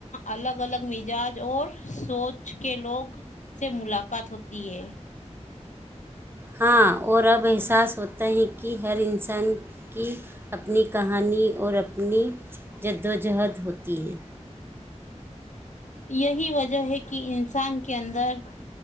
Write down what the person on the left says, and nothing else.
الگ الگ مزاج اور سوچ کے لوگ سے ملاقات ہوتی ہے
یہی وجہ ہے کہ انسان کے اندر